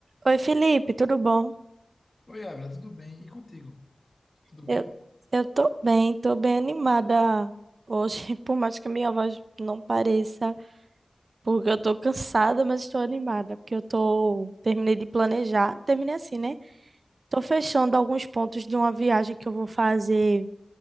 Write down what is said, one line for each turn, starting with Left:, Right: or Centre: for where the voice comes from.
Right: Oi, Felipe, tudo bom?
Left: Oi, Ávila, tudo bem? E contigo? Tudo
Right: Eu,
Left: bem?
Right: eu tô bem, tô bem animada hoje, <laughs> por mais que a minha voz não pareça, porque eu tô cansada, mas estou animada, porque eu tô, terminei de planejar, terminei assim, né? Tô fechando alguns pontos de uma viagem que eu vou fazer